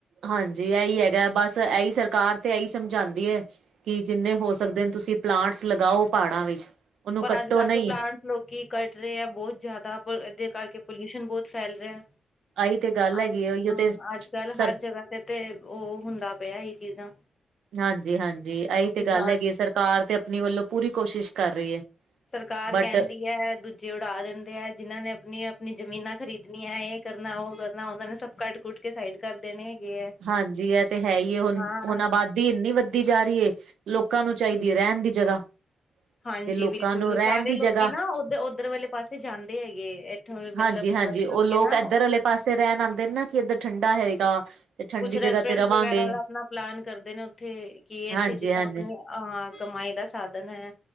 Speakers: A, on the right; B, on the left.
A: ਹਾਂਜੀ, ਇਹੀ ਹੈਗਾ ਬਸ ਇਹੀ ਸਰਕਾਰ ਤੇ ਇਹੀ ਸਮਝਾਉਂਦੀ ਹੈ ਕਿ ਜਿੰਨੇ ਹੋ ਸਕਦੇ ਨੇ ਤੁਸੀਂ ਪਲਾਂਟਸ ਲਗਾਓ ਪਹਾੜਾਂ ਵਿੱਚ, ਉਹਨੂੰ
B: ਪਰ
A: ਕੱਟੋ
B: ਅੱਜ ਕੱਲ੍ਹ
A: ਨਹੀਂ।
B: ਦੇ ਪਲਾਂਟ ਲੋਕੀ ਕੱਟ ਰਹੇ ਆ ਬਹੁਤ ਜ਼ਿਆਦਾ, ਪਰ ਇਹਦੇ ਕਰਕੇ ਪੋਲਿਊਸ਼ਨ ਬਹੁਤ ਫੈਲ ਰਿਹਾ।
A: ਆਹੀ ਤੇ ਗੱਲ ਹੈਗੀ
B: ਅਜ
A: ਉਹੀ
B: ਹਾਂ,
A: ਤੇ
B: ਅੱਜ ਕੱਲ
A: ਸਰ
B: ਹਰ ਜਗ੍ਹਾ ਤੇ ਤੇ ਉਹ ਹੁੰਦਾ ਪਿਆ ਇਹ ਚੀਜ਼ਾਂ
A: ਹਾਂਜੀ ਹਾਂਜੀ ਆਹੀ
B: ਲੋਕੀ
A: ਤੇ
B: ਪਲਾਂਟ
A: ਗੱਲ ਹੈਗੀ, ਸਰਕਾਰ ਤੇ ਆਪਣੀ ਵੱਲੋਂ ਪੂਰੀ ਕੋਸ਼ਿਸ਼ ਕਰ ਰਹੀ ਹੈ।
B: ਸਰਕਾਰ
A: ਬਟ
B: ਕਹਿੰਦੀ ਹੈ ਦੂਜੇ ਜੇ ਉਡਾ ਦਿੰਦੇ ਹੈ ਜਿਹਨਾਂ ਨੇ ਆਪਣੀ ਆਪਣੀ ਜਮੀਨਾਂ ਖਰੀਦਣੀਆਂ ਇਹ ਕਰਨਾ ਉਹ ਕਰਨਾ, ਉਹਨਾਂ ਨੇ ਸਭ ਕੱਟ ਕੁਟ ਕੇ ਸਾਈਡ ਕਰ ਦੇਣੇ ਹੈਗੇ ਹੈ।
A: ਹਾਂਜੀ ਇਹ ਤੇ ਹੈ ਹੀ ਹੁਣ
B: ਹਾਂ
A: <unintelligible> ਆਬਾਦੀ ਇੰਨੀ ਵੱਧਦੀ ਜਾ ਰਹੀ ਹੈ, ਲੋਕਾਂ ਨੂੰ ਚਾਹੀਦੀ ਰਹਿਣ ਦੀ ਜਗ੍ਹਾ।
B: ਹਾਂਜੀ
A: ਜੇ ਲੋਕਾਂ
B: ਬਿਲਕੁਲ,
A: ਨੂੰ ਰਹਿਣ
B: ਸਾਰੇ
A: ਦੀ
B: ਲੋਕੀ
A: ਜਗ੍ਹਾ
B: ਨਾ ਉੱਧਰ ਉੱਧਰ ਵਾਲੇ ਪਾਸੇ ਜਾਂਦੇ ਹੈਗੇ ਇੱਥੋਂ
A: ਹਾਂਜੀ
B: ਮਤਲਬ
A: ਹਾਂਜੀ ਉਹ ਲੋਕ
B: ਕੇ ਨਾ
A: ਇੱਧਰ ਆਲੇ ਪਾਸੇ ਰਹਿਣ ਆਉਂਦੇ ਨਾ ਕਿ ਇੱਧਰ ਠੰਡਾ ਹੈਗਾ ਤੇ ਠੰਡੀ
B: ਕੁਛ ਰੈਸਟੋਰੈਂਟ
A: ਜਗ੍ਹਾ ਤੇ ਰਵਾਂਗੇ
B: ਵਗੈਰਾ ਦਾ ਆਪਣਾ ਪਲਾਨ ਕਰਦੇ ਨੇ ਉੱਥੇ, ਕਿ
A: ਹਾਂਜੀ
B: ਇੱਥੇ ਜਿੱਦਾਂ
A: ਹਾਂਜੀ
B: ਆਪਣੇ ਹਾਂ ਕਮਾਈ ਦਾ ਸਾਧਨ ਹੈ